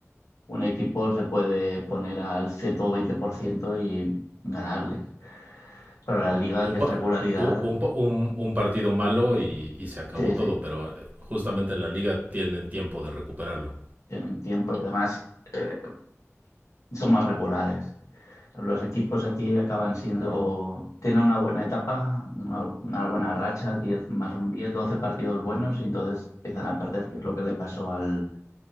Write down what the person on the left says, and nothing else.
un equipo se puede poner al 120% y ganarles. Pero la liga,
que es
regularidad,
sí,
sí.
en tiempo y además eh, son más regulares. Los equipos aquí acaban siendo, tienen una buena etapa, una, una buena racha, 10 más o menos 10, 12 partidos buenos y entonces empiezan a perder, que es lo que le pasó al,